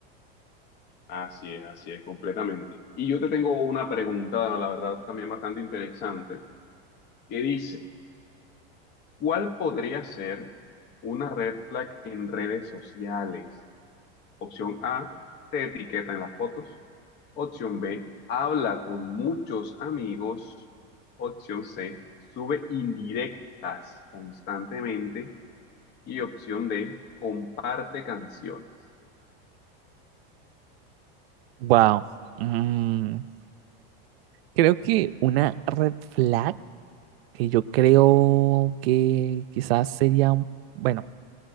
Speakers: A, on the left; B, on the right.
A: Así es, así es, completamente. Y yo te tengo una pregunta, la verdad, también bastante interesante, que dice... ¿Cuál podría ser una red flag en redes sociales? Opción A, te etiqueta en las fotos. Opción B, habla con muchos amigos. Opción C, sube indirectas constantemente. Y opción D, comparte canciones.
B: Wow. Mm, creo que una red flag que yo creo que quizás sería un, bueno,